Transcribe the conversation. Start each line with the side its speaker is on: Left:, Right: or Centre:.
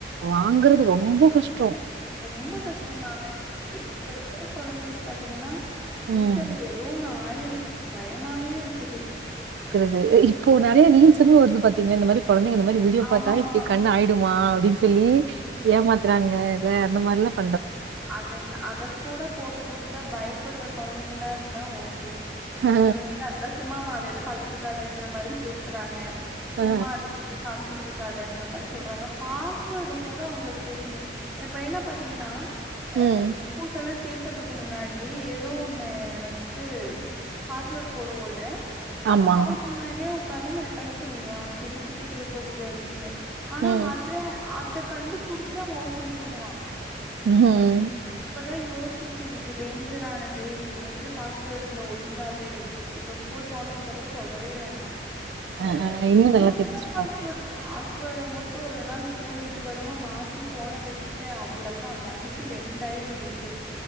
Right: வாங்குறது ரொம்ப கஷ்டோ
Centre: ரொம்ப கஷ்ட தானே இப்ப இப்ப இருக்கிற கொழந்திங்க பாத்தீங்கன்னா ப்யூச்சர்ல
Right: ம்.
Centre: ஏதோ நா ஆயுரு பய ஏமாவே இருக்குது
Right: து இப்போ நிறைய ரீல்ஸ்மே வருது பாத்தீங்க இந்த மாதிரி கொழந்தைங்க இந்த மாதிரி வீடியோ பார்த்தாவே
Centre: ஆமாமா,
Right: இப்படி கண்ணாயிடுமா அப்படின்னு சொல்லி ஏமாத்துறாங்க இல்ல அந்த மாதிரிலாப்
Centre: அதலா அதக்கூடப் போட்டு கொடுத்தா பயப்படுற கொழந்தைகளா இருந்தா ஓ கே
Right: அ,
Centre: இது வந்து அதெல்ல சும்மாமா அதையெல்லா பாத்துட்டு இருக்காதன்ற மாதரி பேசுறாங்க சும்மா
Right: அ.
Centre: அதுக்குயிதுக்குனு மிச்சுட்டு இரு இருக்காதுன்ற மாதிரி சொல்றாங்க பாஸ்வேர்டு கூட அவங்களுக்கு தெரியுது ஏ பையன பாத்தீங்கன்னா அ
Right: ம்.
Centre: கூக்கல சேக் இருக்கதுக்கு முன்னாடியே ஏதோ ஒண்ணு வந்துட்டு பாஸ்வேர்ட் போடுவோம்ல அப்பா
Right: ஆமா.
Centre: அவங்க முன்னாடியே உட்காந்து நா டைப் பண்ணிருவ அவனுக்கு என்னத்த தெரிய போகுது அப்படின்னு ஆனா
Right: ம்.
Centre: அத அத கண்டுபிடிச்சு அவ ஓபன் பண்ணுவா
Right: ம்
Centre: தா யோசிச் இது டேஞ்சர்ரானது இது வந்துட்டு பாஸ்வேர்ட்டு ஒதுங்காது இப்ப ஸ் ஸ்கூல் போனதுக்கப்பபொறம் சொல்லவே வேண்ட டா
Right: அ,
Centre: ஏ
Right: அ. இன்னும்
Centre: என்னதா
Right: நல்லா தெரிஞ்சுப்பாங்க.
Centre: பாஸ்வேர்டு பாஸ் இதோட முட்டு ஒரு நாள் ஸ்கூல் விட்டு வருமோ மாத்தி போன வச்சுட்டே அவ்வளோதா ந அன்னிக்கு க்கு ரண்டாயிரம் வீ